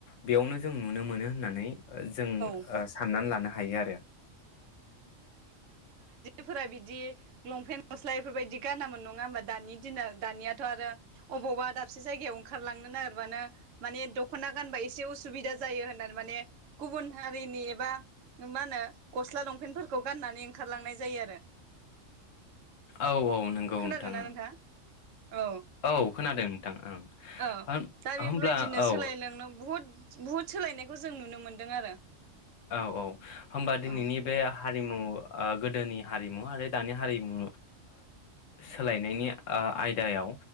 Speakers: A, on the left; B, on the right.
A: बेयावनो जों नुनो मोनो होननानै जों
B: औ
A: ओ साननानै लानो हायो आरो
B: फोरा बिदि लंपेन्ट गस्ला इफोरबायदि गानामोन नङा होमबा दानि दिनाव दानियाथ' आरो अबावबा दाबसे जायगायाव ओंखारलांनो नागिरबानो माने दख'ना गानबा एसे उसुबिदा जायो होननानै माने गुबुन हारिनि एबा मा होनो गस्ला लंपेन्टफोरखौ गाननानै ओंखारलांनाय जायो आरो
A: औ औ नंगौ
B: खोनादोंना
A: नोंथां
B: नोंथाङा औ
A: औ खोनादों नोंथां ओं
B: औ दा बेफोरबायदिनो
A: होमब्ला औ
B: सोलायलांनो बुहुद बुहुद सोलायनायखौ जों नुनो मोनदों आरो
A: औ औ होमबा दिनैनि
B: औ
A: बे हारिमु गोदोनि हारिमु आरो दानि हारिमु सोलायनायनि आयदायाव